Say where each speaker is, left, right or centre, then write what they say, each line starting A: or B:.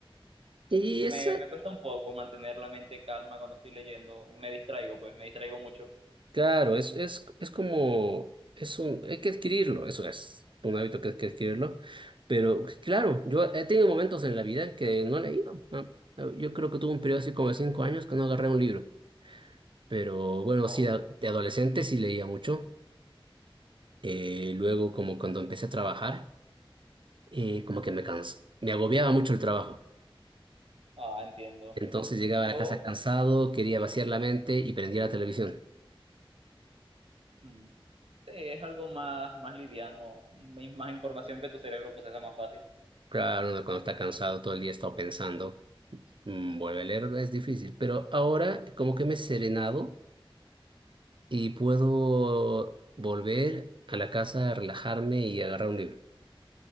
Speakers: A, on the right (about 60°); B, on the right (about 80°).
A: Y
B: Me,
A: esa,
B: me cuesta un poco mantener la mente calma cuando estoy leyendo. Me distraigo, pues me distraigo mucho.
A: claro, es, es, es como, es un, hay que adquirirlo, eso es un hábito que hay que adquirirlo. Pero claro, yo he tenido momentos en la vida que no he leído. ¿no? Yo creo que tuve un periodo así como de cinco años que no agarré un libro. Pero bueno,
B: No.
A: sí, de, de adolescente sí leía mucho. Eh, luego, como cuando empecé a trabajar, eh, como que me cansé, me agobiaba mucho el trabajo.
B: Ah, entiendo.
A: Entonces llegaba
B: Yo,
A: a la casa cansado, quería vaciar la mente y prendía la televisión.
B: mm, sí, es algo más, más liviano, m- más información que tu cerebro procesa más fácil.
A: Claro, uno cuando está cansado todo el día está pensando, mm, vuelve a leer, es difícil. Pero ahora como que me he serenado y puedo volver a la casa, relajarme y agarrar un libro.